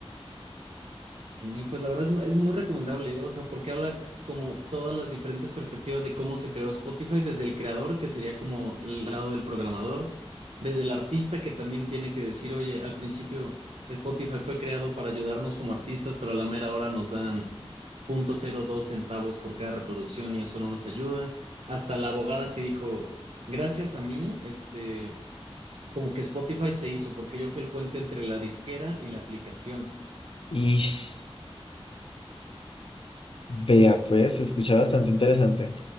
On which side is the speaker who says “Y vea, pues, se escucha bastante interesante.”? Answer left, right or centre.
Left